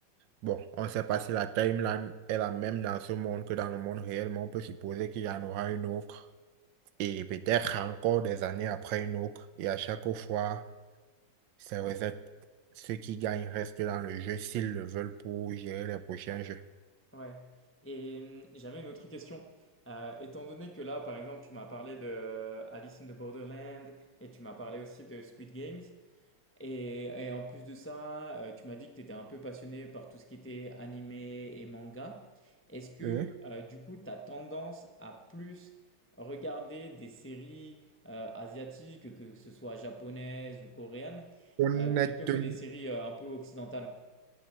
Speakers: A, on the right (about 80°); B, on the left (about 15°).
A: bon, on ne sait pas si la timeline est la même dans ce monde que dans le monde réel, mais on peut supposer qu'il y en aura une autre et peut-être encore des années après une autre. Et à chaque fois, ça reset. Ceux qui gagnent restent dans le jeu s'ils le veulent pour gérer les prochains jeux.
B: Ouais. Et hum, j'avais une autre question. Euh, étant donné que là, par exemple, tu m'as parlé de euh, Alice in the Borderland et tu m'as parlé aussi de Squid Games, Et, et en plus de ça, euh, tu m'as dit que tu étais un peu passionné par tout ce qui était animé et manga. Est-ce que
A: Oui.
B: euh, du coup, tu as tendance à plus regarder des séries euh, asiatiques, que ce soit japonaises ou coréennes,
A: Honnêtement,
B: euh, plutôt que des séries euh, un peu occidentales?